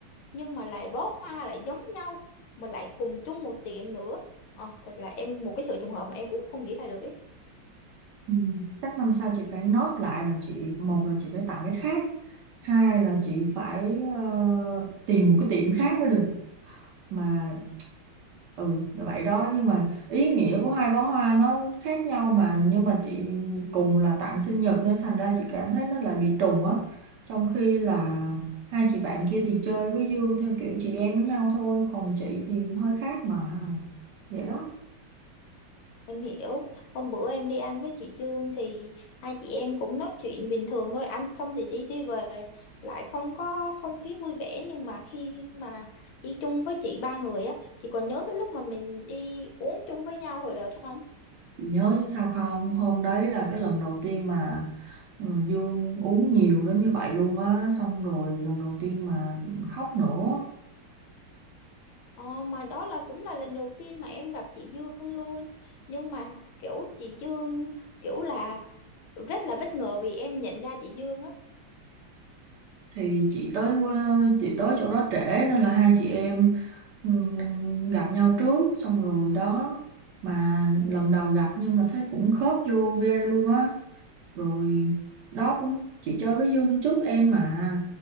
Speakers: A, on the left; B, on the right.
A: nhưng mà lại bó hoa lại giống nhau mà lại cùng chung một tiệm nữa. Ờ, thật là em một cái sự trùng hợp mà em cũng không nghĩ ra được ấy.
B: Ừ, Chắc năm sau chị phải nốt lại là chị một là chị phải tặng cái khác hai là chị phải ờ, tìm một cái tiệm khác mới được mà ừ là vậy đó nhưng mà ý nghĩa của hai bó hoa nó khác nhau mà nhưng mà chị cùng là tặng sinh nhật nên thành ra chị cảm thấy nó lại bị trùng á trong khi là hai chị bạn kia thì chơi với Dương theo kiểu chị em với nhau thôi còn chị thì hơi khác mà vậy đó
A: Em hiểu, hôm bữa em đi ăn với chị Trương thì hai chị em cũng nói chuyện bình thường thôi, ăn xong thì đi đi về, lại không có không khí vui vẻ nhưng mà khi mà đi chung với chị ba người á, chị còn nhớ cái lúc mà mình đi uống chung với nhau hồi đợt không?
B: Chị nhớ chứ sao không hôm đấy là cái lần đầu tiên mà ừ, Dương uống nhiều đến như vậy luôn á xong rồi lần đầu tiên mà khóc nữa
A: Ờ, mà đó là cũng là lần đầu tiên mà em gặp chị Dương luôn, nhưng mà kiểu chị Dương kiểu là rất là bất ngờ vì em nhận ra chị Dương á.
B: thì chị tới qua chị tới chỗ đó trễ nên là hai chị em ừm, gặp nhau trước xong rồi đó mà lần đầu gặp nhưng mà thấy cũng khớp vô ghê luôn á rồi đó cũng chị chơi với Dương trước em mà